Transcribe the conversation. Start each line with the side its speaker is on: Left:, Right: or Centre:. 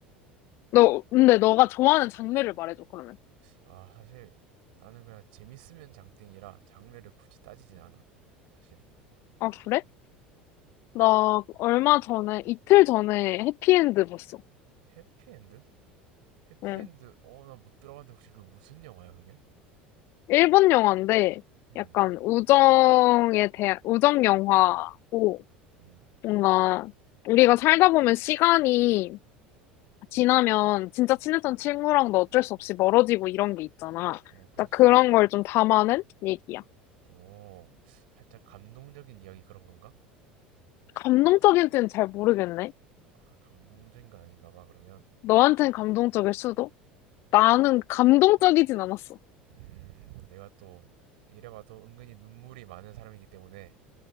Left: 너, 근데 너가 좋아하는 장르를 말해줘, 그러면.
Right: 아, 사실 나는 그냥 재밌으면 장땡이라 장르를 굳이 따지진 않아. 사실
Left: 아, 그래? 나 얼마 전에, 이틀 전에 해피엔드 봤어.
Right: 해피엔드? 해피엔드
Left: 응.
Right: 어 나 못 들어봤는데 혹시 그 무슨 영화야 그게?
Left: 일본 영화인데
Right: 음,
Left: 약간 우정에 대한 우정 영화고
Right: 음.
Left: 뭔가 우리가 살다 보면 시간이 지나면 진짜 친했던 친구랑도 어쩔 수 없이 멀어지고 이런 게 있잖아.
Right: 어 그렇지.
Left: 딱 그런 걸 좀 담아낸 얘기야.
Right: 오 살짝 감동적인 이야기 그런 건가?
Left: 감동적인지는 잘 모르겠네.
Right: 아, 감동적인 건 아닌가 봐 그러면.
Left: 너한텐 감동적일 수도? 나는 감동적이진 않았어.
Right: 음 내가 또 이래봐도 은근히 눈물이 많은 사람이기 때문에